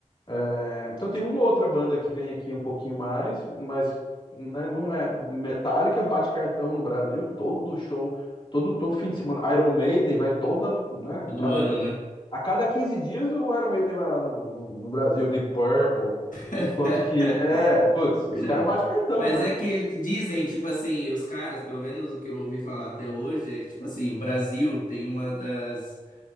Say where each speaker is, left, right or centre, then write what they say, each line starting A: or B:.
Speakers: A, on the left; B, on the left.
A: É, então tem uma outra banda que vem aqui um pouquinho mais, mas né, não é Metallica, bate cartão no Brasil, todo show, todo, todo fim de semana. Iron Maiden vai toda, né?
B: Todo
A: Cada,
B: ano, né?
A: a cada 15 dias o Iron Maiden vai lá no, no, no Brasil, Deep Purple,
B: <laughs>
A: enquanto que, é, putz, os
B: Verdade.
A: caras bate cartão
B: Mas
A: mesmo.
B: é que dizem, tipo assim, os caras, pelo menos o que eu ouvi falar até hoje, é que, tipo assim, o Brasil tem uma das